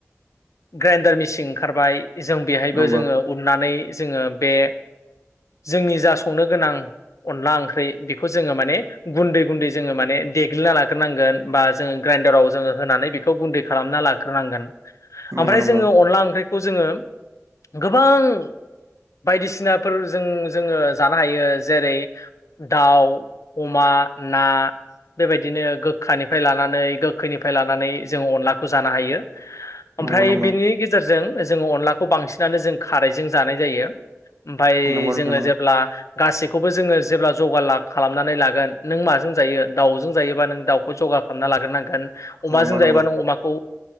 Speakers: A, on the left; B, on the right.
A: ग्राइन्डार मेचिं ओंखारबाय जों बेहायबो
B: नंगौ
A: जोङो उननानै जोङो बे जोंनि जा संनो गोनां अनला ओंख्रै बेखौ जोङो माने गुन्दै गुन्दै जोङो माने देग्लिना लाग्रोनांगोन बा जोङो ग्राइन्डाराव जोङो होनानै बेखौ गुन्दै खालामना लाग्रोनांगोन
B: नंगौ
A: ओमफ्राय
B: नंगौ
A: जोङो अनला ओंख्रिखौ खौ जोङो गोबां बायदिसिनाफोर जों जोङो जानो हायो जेरै दाव बा ना बेबायदिनो गोखानिफ्राय लानानै गोखैनिफ्राय लानानै जोङो अनलाखौ जानो हायो। ओमफ्राय
B: नंगौ नंगौ
A: बिनि गेजेरजों जोङो अनलाखौ बांसिनानो जों खारैजों जानाय जायो। ओमफ्राय
B: नंगौ नोंथां
A: जोङो जेब्ला गासैखौबो जोङो जेब्ला जगार खालामनानै लागोन। नों माजों जायो दाउजों जायोबा नों दाउखौ जगार खालामना लाग्रोनांगोन। अमाजों
B: नंगौ
A: जायोबा
B: नंगौ
A: ओम नों अमाखौ